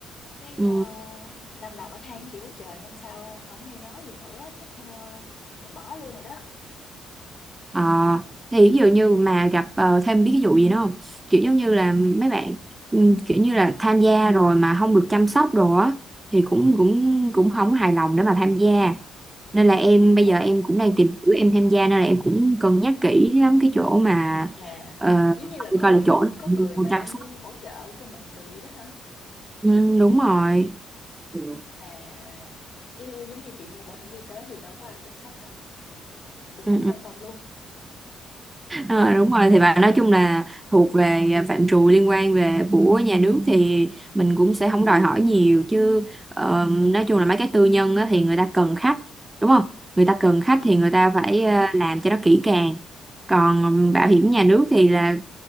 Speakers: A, on the left; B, on the right.
A: cái
B: Ừ.
A: ờ, năm đầu bà than chịu quá trời năm sau không nghe nói gì nữa chắc ờ, bà bỏ luôn rồi đó
B: À, thì ví dụ như mà gặp ờ, thêm biết cái vụ gì nữa không? Kiểu giống như
A: Ừ.
B: là mấy bạn ừ, kiểu như là tham gia rồi mà không được chăm sóc đồ á thì cũng cũng cũng không hài lòng để mà tham gia. Nên là em bây
A: ờ
B: giờ em cũng đang tìm hiểu em tham gia nên là em cũng cân nhắc kỹ lắm cái chỗ mà
A: à
B: ờ,
A: giống như là có
B: coi
A: người
B: là chỗ nào
A: có người
B: mua
A: mà nhân
B: chăm sóc.
A: viên hỗ trợ cho mình đồ gì đó hả
B: Ừ, đúng rồi. Ừ,
A: à gi- giống như chị mua bảo hiểm y tế thì đâu có ai chăm sóc đâu cũng
B: ừ.
A: không quan tâm luôn
B: Ờ, đúng rồi thì bạn nói chung là thuộc về à, phạm trù liên quan về của nhà nước thì mình cũng sẽ không đòi hỏi nhiều chứ ờ, nói chung là mấy cái tư nhân á, thì người ta cần khách đúng không người ta cần
A: Ừ.
B: khách thì người ta phải
A: Ừ.
B: à, làm cho nó kỹ càng còn bảo hiểm nhà nước thì là